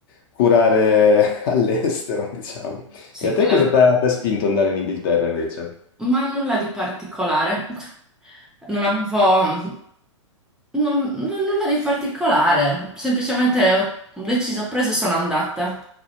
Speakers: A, on the left; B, in the centre.
A: curare <laughs> all'estero, diciamo.
B: sì,
A: E a
B: con
A: te
B: le-
A: cosa ti ha ti ha spinto ad andare in Inghilterra invece?
B: ma nulla di particolare. <laughs> Non avevo. Non, non- nulla di particolare, semplicemente ho ho deciso, ho preso e sono andata.